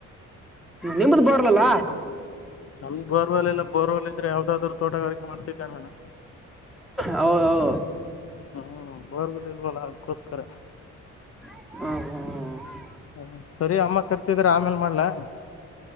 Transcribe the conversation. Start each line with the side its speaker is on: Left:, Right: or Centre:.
Centre: ನಿಮ್ದ ಬರ್ಲಲ್ಲ
Left: ನಮ್ದ ಬರ್ವಲ್ ಎಲ್ಲ ಬೋರ್ವಲ್ ಇದ್ರೆ ಯಾವದಾದ್ರು ತೋಟಗಿಕೆ ಮಾಡತಿದ್ದೆ ನಾನು
Centre: ಹೌದೌ
Left: ಹ್ಞೂ ಬೋರ್ಗ ಇಲ್ವಲ್ಲ ಅದಕ್ಕೋಸ್ಕರ
Centre: ಹ್ಮ್ ಹ್ಮ್ ಹ್ಮ್
Left: ಹ ಸರಿ ಅಮ್ಮ ಕರ್ತಿದ್ರ ಆಮೇಲ್ ಮಾಡ್ಲಾ